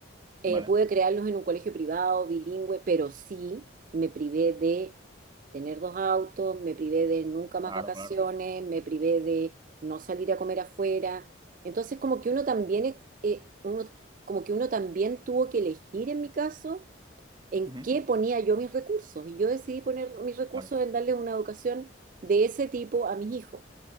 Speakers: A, on the right; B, on the right.
A: Eh,
B: vale,
A: pude crearlos en un colegio privado, bilingüe, pero sí me privé de tener dos autos, me privé de nunca más
B: claro,
A: vacaciones,
B: claro,
A: me privé de no salir a comer afuera. Entonces, como que uno también, e, eh, uno, como que uno también tuvo que elegir en mi caso en
B: Ujú,
A: qué ponía yo mis recursos. Y yo decidí poner mis recursos
B: claro,
A: en darles una educación de ese tipo a mis hijos